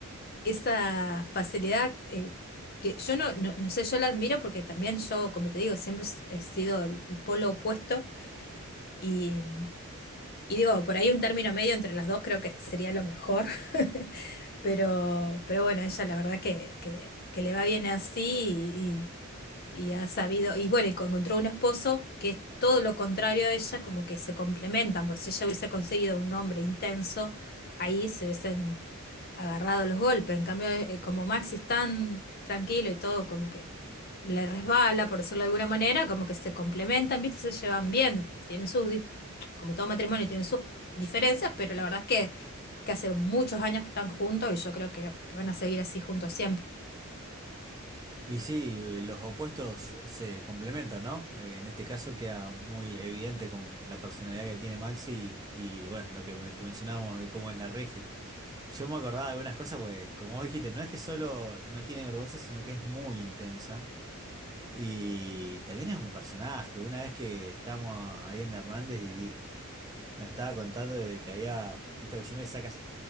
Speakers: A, on the left; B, on the right.
A: esa facilidad eh, que yo no, no, no sé, yo la admiro porque también yo, como te digo, siempre s- he sido el, el polo opuesto y, y digo, por ahí un término medio entre las dos creo que sería lo mejor, <laughs> pero, pero bueno, ella la verdad que, que, que le va bien así y ha sabido, y bueno, y co- encontró un esposo que es todo lo contrario a ella, como que se complementan, pues si ella hubiese conseguido un hombre intenso, ahí se hubiesen agarrado los golpes. En cambio, eh, eh, como Max es tan tranquilo y todo, como que le resbala, por decirlo de alguna manera, como que se complementan, ¿viste? Se llevan bien, tienen sus, dif- como todo matrimonio, tienen sus diferencias, pero la verdad es que, que hace muchos años que están juntos y yo creo que, que van a seguir así juntos siempre.
B: Y sí, los opuestos se complementan, ¿no? Eh, en este caso queda muy evidente como la personalidad que tiene Maxi y, y, bueno, lo que mencionábamos de cómo es la Regi. Yo me acordaba de algunas cosas porque, como vos dijiste, no es que solo no tiene vergüenza, sino que es muy intensa. Y también es un personaje. Una vez que estábamos ahí en Hernández y di- nos estaba contando de que había, viste, porque siempre saca,